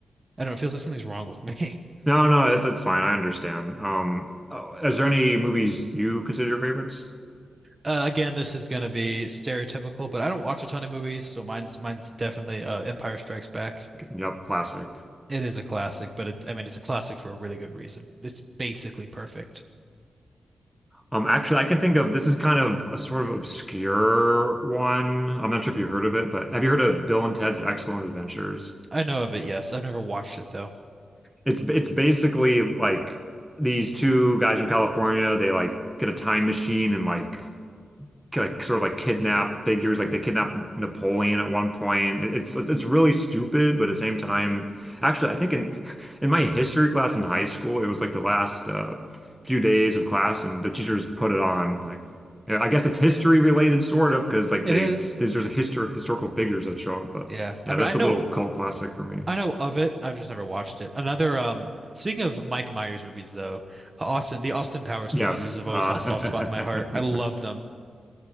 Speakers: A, on the right; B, in the centre.
A: I don't know, it feels like something's wrong with me. <laughs>
B: No, no, it's it's fine. I understand. Um, oh, is there any movies you consider your favorites?
A: Uh, again, this is gonna be stereotypical, but I don't watch a ton of movies, so mine's mine's definitely uh, Empire Strikes Back.
B: Yep, classic.
A: It is a classic, but it, I mean, it's a classic for a really good reason. It's basically perfect.
B: Um, actually, I can think of this is kind of a sort of obscure one. I'm not sure if you heard of it, but have you heard of Bill and Ted's Excellent Adventures?
A: I know of it, yes. I've never watched it though.
B: It's it's basically like these two guys from California, they like get a time machine and like like sort of like kidnap figures, like they kidnap Napoleon at one point. It- It's it's really stupid, but at the same time, actually, I think in <laughs> in my history class in high school, it was like the last uh, few days of class, and the teachers put it on. Like, yeah, I guess it's history related, sort of, because like
A: It
B: they
A: is.
B: there's just histor historical figures that show up. But
A: Yeah.
B: yeah,
A: I mean,
B: that's
A: I know
B: a little cult classic for me.
A: I know of it. I've just never watched it. Another um speaking of Mike Myers movies though, Austin the Austin Powers
B: Yes.
A: trilogies have
B: Uh,
A: always had a soft spot in my heart. I love
B: <laughs>
A: them.